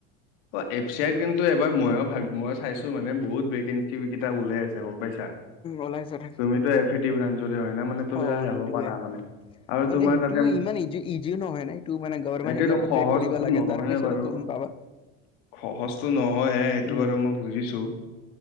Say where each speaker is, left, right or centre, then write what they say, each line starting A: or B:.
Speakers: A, on the left; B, on the left.
A: অ', এফ চি আই ত কিন্তু এবাৰ ময়ো ভাব, ময়ো চাইছো মানে, বহুত বে। কেইটা ওলাই আছে গম পাইছা,
B: ওলাইছে থাকে
A: তুমিতো এ। হয় না মানে, তুমি
B: অঁ
A: তালে যাব
B: সেইটোৱে
A: পাৰা মানে। আৰু
B: মানে
A: তোমাৰ
B: সেইটো
A: তাতে
B: ইমান ইজিও নহয় না, এইটো মানে গভমেণ্ট
A: এইটোতো
B: এক্জামটো
A: সহজটো
B: ক্ৰেক কৰিব লাগে,
A: নহয়ে
B: তাৰ পিছত
A: বাৰু
B: হে পাবা।
A: সহজটো নহয় এ, এইটো
B: উম
A: বাৰু মই বুজিছো।